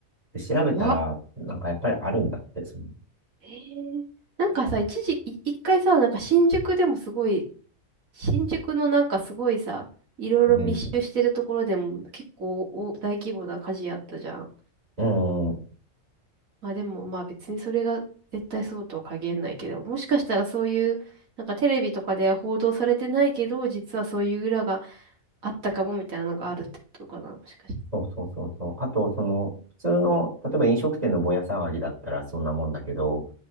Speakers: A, on the right; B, on the right.
A: で、調べたら、
B: 怖っ。
A: なんかやっぱりあるんだって、その、
B: ええなんかさ、一時、い一回さ、なんか新宿でもすごい新宿のなんかすごいさ、いろいろ密集してるところでも結構お大規模な火事やったじゃん。
A: うん、うん、
B: まあでもまあ別にそれが絶対そうとは限らないけど、もしかしたらそういう、なんかテレビとかでは報道されてないけど、実はそういう裏があったかもみたいなのがあるってことかな、もしかして。
A: そうそうそうそう。あと、その、普通の、例えば飲食店のぼや騒ぎだったらそんなもんだけど、